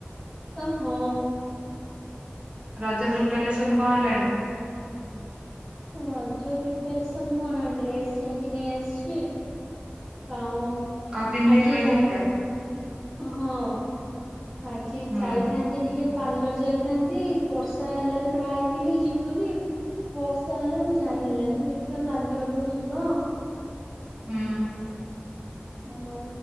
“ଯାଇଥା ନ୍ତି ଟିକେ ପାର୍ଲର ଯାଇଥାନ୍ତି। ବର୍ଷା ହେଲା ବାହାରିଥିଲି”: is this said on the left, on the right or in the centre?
Centre